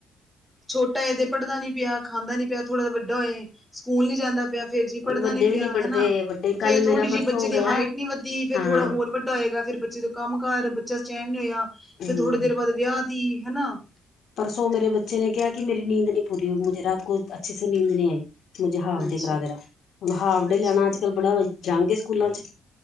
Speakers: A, in the centre; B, on the left.
A: ਛੋਟਾ ਏ ਤੇ ਪੜ੍ਹਦਾ ਨਹੀਂ ਪਿਆ ਖਾਂਦਾ ਨੀ ਪਿਆ ਥੋੜਾ ਜਿਹਾ ਵੱਡਾ ਹੋਏ ਸਕੂਲ ਨਹੀਂ ਜਾਂਦਾ ਪਿਆ ਫ਼ੇਰ ਜੀ ਪੜ੍ਹਦਾ
B: ਵੱਡੇ
A: ਨੀ ਪਿਆ
B: ਵੀ ਪੜ੍ਹਦੇ
A: ਹੈਨਾ,
B: ਵੱਡੇ
A: ਫੇਰ
B: ਕੱਲ
A: ਥੋੜੀ
B: ਮੇਰਾ ਪਰਸੋਂ
A: ਜਿਹੀ ਬੱਚੇ ਦੀ
B: ਗਿਆ
A: ਹਾਈਟ ਨੀ ਵਧਦੀ ਫਿਰ
B: ਹਾਂ
A: ਥੋੜਾ ਹੋਰ ਵੱਡਾ ਹੋਏਗਾ ਫੇਰ ਜਦੋਂ ਕੰਮ ਕਾਰ ਬੱਚਾ ਸਟੈਂਣ ਨੀ ਹੋਇਆ, ਫਿਰ
B: ਹਮ
A: ਥੋੜੀ ਦੇਰ ਬਾਅਦ ਵਿਆਹ ਦੀ, ਹਨਾ
B: ਪਰਸੋਂ ਮੇਰੇ ਬੱਚੇ ਨੇ ਕਿਹਾ ਕਿ ਮੇਰੀ ਨੀਂਦ ਨਹੀਂ ਪੂਰੀ ਹੋਈ, ਮੁਝੇ ਰਾਤ ਕੋ ਅੱਛੇ ਸੇ ਨੀਂਦ ਨਹੀਂ ਆਈ ਮੁਝੇ ਹਾਫ
A: ਅੱਛਾ
B: ਡੇ ਕਰਾ ਦੇਣਾ ਹੁਣ ਹਾਫ ਡੇ
A: ਅੱਛਾ
B: ਲੈਣਾ ਅੱਜ-ਕੱਲ ਬੜਾ ਜੰਗ ਏ ਸਕੂਲਾਂ 'ਚ